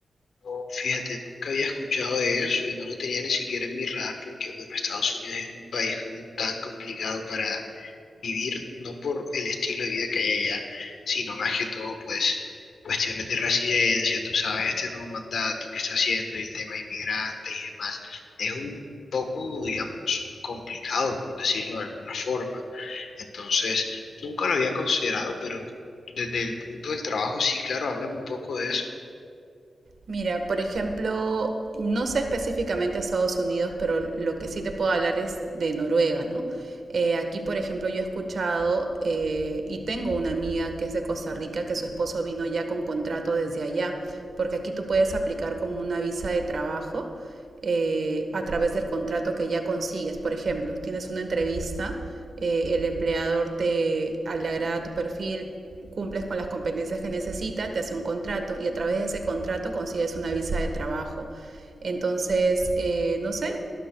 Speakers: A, on the left; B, on the right.
A: No, fíjate, nunca había escuchado de eso y no lo tenía ni siquiera en mi radar porque, bueno, Estados Unidos es un país como tan complicado para vivir, no por el estilo de vida que hay allá, sino más que todo, pues, cuestiones de residencia, tú sabes, este nuevo mandato que está haciendo y el tema de inmigrantes y demás. Es un poco, digamos, complicado, por decirlo de alguna forma. Entonces, nunca lo había considerado, pero desde el punto del trabajo, sí, claro, hablan un poco de eso.
B: Mira, por ejemplo, no sé específicamente Estados Unidos, pero lo que sí te puedo hablar es de Noruega, ¿no? Eh, aquí, por ejemplo, yo he escuchado eh, y tengo una amiga que es de Costa Rica, que su esposo vino ya con contrato desde allá, porque aquí tú puedes aplicar como una visa de trabajo eh, a través del contrato que ya consigues. Por ejemplo, tienes una entrevista, eh, el empleador te le agrada tu perfil, cumples con las competencias que necesita, te hace un contrato y a través de ese contrato consigues una visa de trabajo. Entonces, eh, no sé,